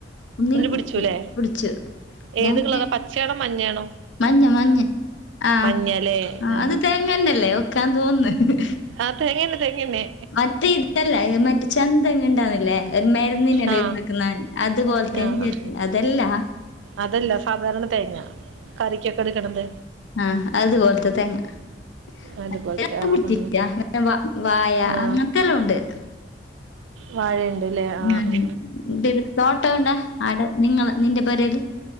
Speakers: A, on the left; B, on the right.
A: ഒന്നില്
B: പിടിച്ചുല്ലേ
A: പുടിച്ചു
B: ഏത്
A: ഞങ്ങക്ക്
B: കളറാ പച്ചയാണോ മഞ്ഞയാണോ
A: മഞ്ഞ മഞ്ഞ ആഹ്
B: മഞ്ഞല്ലേ
A: ആഹ്
B: ആ
A: അത് തേങ്ങന്നല്ലേ വക്കാൻ തോന്നുന്നു
B: ആ തേങ്ങന്നെ തേങ്ങന്നെ
A: മറ്റേ ഇതല്ല മറ്റേ ചന്തങ്ങെ ഉണ്ടന്നില്ലേ മരുന്നനില്ലു
B: ആ
A: ഉണ്ടക്കുന്നെ അതുപോലത്തേ
B: ആ
A: അതല്ലാ
B: അതല്ല സാധാരണ തേങ്ങ കറിക്കൊക്കെ എടുക്കണത്
A: ആഹ് അത് പോൽത്ത തേങ്ങ <unintelligible>
B: അതുപോലത്തെ ആ ആ
A: വായ
B: ആ
A: അങ്ങനത്തെല്ലുണ്ട്
B: വാഴയുണ്ട് അല്ലേ ആ
A: അതെ
B: ആ
A: ഇ തോട്ടോ ഇണ്ട അവിടെ നിങ്ങള് നിന്റെ പേരിൽ